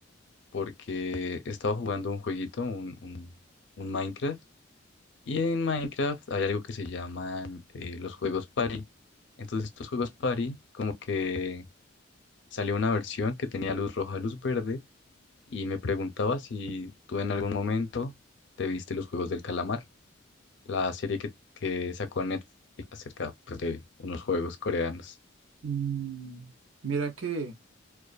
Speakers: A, on the left (about 60°); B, on the right (about 85°).
A: porque estaba jugando un jueguito, un, un- un Minecraft. Y en Minecraft hay algo que se llaman eh, los juegos party. Entonces estos juegos party, como que salió una versión que tenía luz roja, luz verde. Y me preguntaba si tú en algún momento te viste los juegos del calamar. la serie que, que sacó Netflix acerca pues, de unos juegos coreanos.
B: Mm, Mira que,